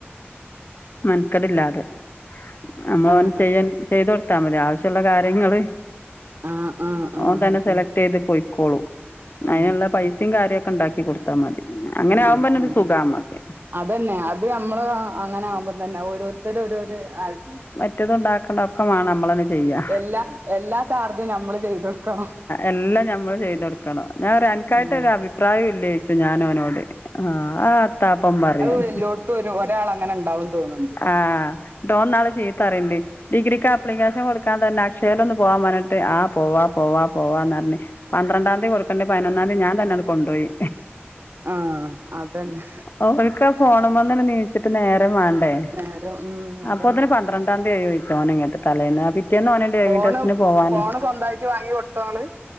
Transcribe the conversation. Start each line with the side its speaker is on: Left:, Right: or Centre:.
Left: മെൻക്കെടില്ലാതെ നമ്മളാേന്
Right: ആഹ്
Left: ചെയ്യാൻ ചെയ്താെട്ത്താ മതി ആവശ്യള്ള കാര്യങ്ങള്
Right: ആഹ് ആഹ് ആഹ്
Left: ഓൻ തന്നെ സെലക്ടെയ്ത് പാെയ്ക്കോളും
Right: ആഹ്
Left: അയ്ന്ള്ളെ പയ്സിം കാര്യാെക്കെണ്ടാക്കി കൊട്ത്താ മതി അങ്ങെനെ
Right: ആഹ്
Left: ആവുമ്പന്നെര്
Right: ആഹ്
Left: സുഖാമ്മക്ക്
Right: അതന്നെ അത് അമ്മള് അങ്ങെനെ ആവുമ്പംത്തന്നെ ഓരോര്ത്തര് ഓരോര് ആല്
Left: റ്റതുണ്ടാക്കണം ഒക്കെ മാണം നമ്മളെന്നെ ചെയ്യാ
Right: എല്ലാ എല്ലാ ചാർജും ഞമ്മള് ചെയ്താെട്ക്കണം
Left: എല്ലം ഌമ്മള് ചെയ്തൊട് ക്കണം ഞാൻ പറയും അൻക്കായിട്ടാെരഭിപ്രായും
Right: ഉം
Left: ഇല്ലേയ്ച്ചും ഞാനോനോട് ആ അ എത്താപ്പം പറിം ഓന്
Right: ഇതെല്ലോട്ത്തും ഒര് ഒരാളങ്ങനെ ണ്ടാവും തോന്ന്ണ്‌ണ്ട്
Left: ആഹ് ട്ടോന്നാള് ചീത്തറീണ്ട് ഡിഗ്രിക്ക് ആപ്ലിക്കേഷൻ കൊട്ക്കാൻ തന്നെ അക്ഷയേലൊന്ന് പോവാമ്പർഞ്ഞിട്ട് ആഹ് പോവാ പോവാ പോവാന്നർഞ്ഞ് പന്ത്രണ്ടാംതി കൊട്ക്കെണ്ടെ പയ്നൊന്നാന്തി ഞാൻ തന്നെ ആണ്ട് കൊണ്ടാേയി
Right: ആഹ് അതന്നെ
Left: ഓല്ക്ക ഫോണ്‌മന്ന്ണ്ട് നീച്ചിട്ട് നേരം വാണ്ടേ
Right: നേരം ഉം
Left: അപ്പോത്തിന്
Right: അതന്നെ
Left: പന്ത്രണ്ടാംന്തി ആയോയ്ച്ച് ഓന് ങ്ങട്ട് തലേന്ന് പിറ്റേന്നോന് ഡ്രൈവിംഗ്
Right: ഫോണ്
Left: ടെസ്റ്റിന് പോവാന്
Right: ഫോണ് സ്വന്തായിട്ട് വാങ്ങി കൊട്ത്തോങ്ങള്